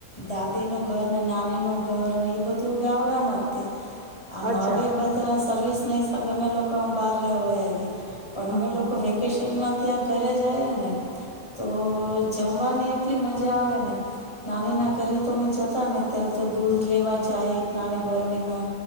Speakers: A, on the left; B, on the right.
A: દાદી નું ઘર ને નાની નું ઘર ને ઈ બધું ગામડામાં તે આમ
B: અચ્છા
A: હવે બધા સર્વિસ ના હિસાબે અમે લોકો આમ બહાર રહેવા વયા ગયા. પણ
B: હમ
A: અમે લોકો
B: હમ
A: વેકેશનમાં ત્યાં ઘરે જાય અને તો જમવાની એટલી મજા આવે ને, નાની ના ઘરે તો અમે જતા ને ત્યારે તો દૂધ લેવા જાય એક નાની બરણીમાં,